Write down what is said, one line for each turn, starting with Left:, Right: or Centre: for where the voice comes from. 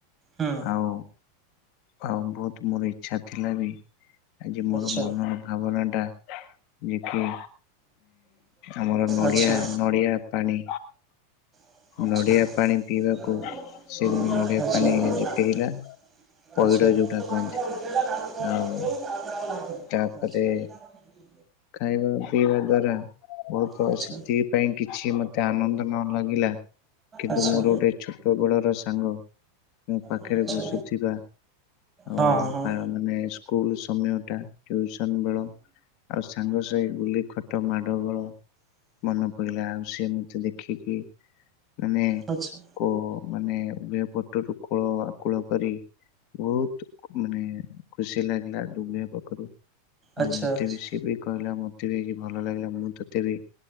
Right: ହୁଁ।
Left: ଆଉ ଆଉ ବହୁତ ମୋର ଇଚ୍ଛା ଥିଲା ବି, ଆଜି ମୋର
Right: ଆଚ୍ଛା
Left: ମନର ଭାବନାଟା <unintelligible> ହୁଁ ଆମର ନଡିଆ,
Right: ଆଚ୍ଛା
Left: ନଡିଆ ପାଣି
Right: ଆଚ୍ଛା।
Left: ନଡିଆ ପାଣି ପିଇବାକୁ ସେ
Right: ଆଚ୍ଛା।
Left: କିନ୍ତୁ ନଡିଆ ପାଣି ଆଜି ପିଇଲା
Right: ଆଚ୍ଛା
Left: ପଇଡ ଯୋଉଟା କହନ୍ତି ଆଉ
Right: ଆଚ୍ଛା।
Left: ତାପରେ ଖାଇବା ପିଇବା ଦ୍ଵାରା, ବହୁତ
Right: ଆଚ୍ଛା
Left: ସେତିକିପାଇଁ କିଛି ମତେ ଆନନ୍ଦ ନ ମାଗିଲା କିନ୍ତୁ
Right: ଆଚ୍ଛା
Left: ମୋର ଗୋଟାଇ ଛୋଟ ବେଳର ସାଙ୍ଗ ମୋ ପାଖରେ
Right: ଆଚ୍ଛା
Left: ବସୁଥିବା ଆଉ
Right: ହଁ ହଁ
Left: ମାନେ ସ୍କୁଲ ସମୟ ଟା, ଟିଉସନ୍ ବେଳ, ଆଉ ସାଙ୍ଗ ସାହି ବୁଲି ଖଟ ମାଡ ଗୋଳ ମନପଡିଲା, ଆଉ ସିଏ ମତେ ଦେଖିକି ମାନେ
Right: ଆଚ୍ଛା
Left: କ ମାନେ ଉଭୟ ପଟରୁ କୋଳ ଆକୁଳ କରି ବହୁତ ମାନେ ଖୁସି ଲାଗିଲା ଦୁନିଆ ପାଖରୁ।
Right: ଆଚ୍ଛା
Left: ଆଉ ମତେ
Right: ଆଚ୍ଛା
Left: ବି ସେ କହିଲା ମୋତେ ବି ହେଇକି ଭଲ ଲାଗିଲା ମୁଁ ତୋତେ ବି